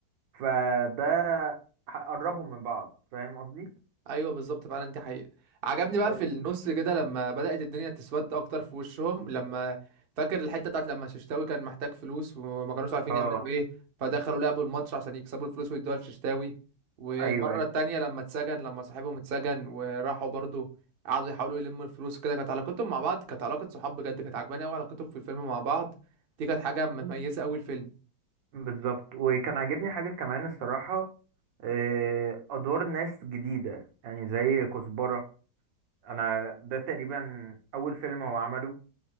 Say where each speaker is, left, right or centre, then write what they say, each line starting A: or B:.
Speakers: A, on the right; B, on the right.
A: فده هقربهم من بعض فاهم قصدي
B: ايوه بالظبط فعلا دي حقيقة عجبني بقى
A: إيه.
B: في النص كده لما بدأت الدنيا تسود اكتر في وشهم لما فاكر الحتة بتاعت لما ششتاوي كان محتاج فلوس وما كانوش عارفين
A: اه
B: يعملوا ايه فدخلوا لعبوا الماتش عشان يكسبوا الفلوس ويدوها لششتاوي والمرة
A: ايوه ايوه
B: التانية لما اتسجن لما صاحبهم اتسجن وراحوا برضو قعدوا يحاولوا يلموا الفلوس كده كانت علاقتهم مع بعض كانت علاقة صحاب بجد كانت عجباني قوي علاقتهم في الفيلم مع بعض دي كانت حاجة مميزة قوي الفيلم
A: بالظبط وكان عاجبني حاجه كمان الصراحه إيه، ادوار ناس جديده يعني زي كزبره انا ده تقريبا اول فيلم هو عمله